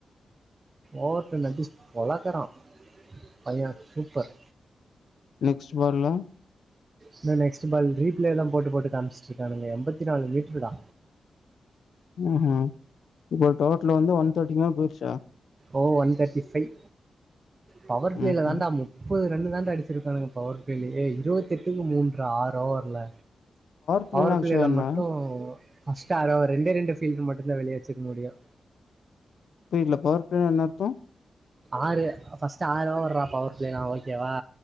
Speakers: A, on the right; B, on the left.
A: ஓவர் டென்னு அடுச்சி பொலக்கறா பைய சூப்பர்
B: நெக்ஸ்ட் பால்ல
A: இன்ன நெக்ஸ்ட் பால் ரீப்ளேலா போட்டு போட்டு காமிச்சுட்ருக்கானுங்க எம்பத்தி நாலு மீட்ருடா
B: ம் ம் இப்ப டோட்லு வந்து ஒன் தேட்டிக்கு மேல பொய்ருச்சா
A: ஓ ஒன் தேட்டி ஃபைவ் பவர் பிளேல
B: ம்
A: தான்டா
B: ம்
A: நுப்பது ரன்னு தாண்டா அடுச்சிருக்கானுங்க பவர் ப்ளேலய இருவத்தெட்டுக்கு மூன்றா ஆறு ஓவர்ல
B: பிளேனா
A: பவர்
B: ஆக்சுவலா
A: ப்ளேல
B: என்ன
A: மட்டு ஃபர்ஸ்ட்டு ஆடோவர் ரெண்டே ரெண்டு ஃபீல்ட்ரு மட்டுதா வெளிய வச்சிக்க முடியு
B: இதுல பார்த்தா என்ன அர்த்தோ
A: ஆறு ஃபர்ஸ்ட் ஆறு ஓவர்ரா பவர் பிளேனா ஓகேவா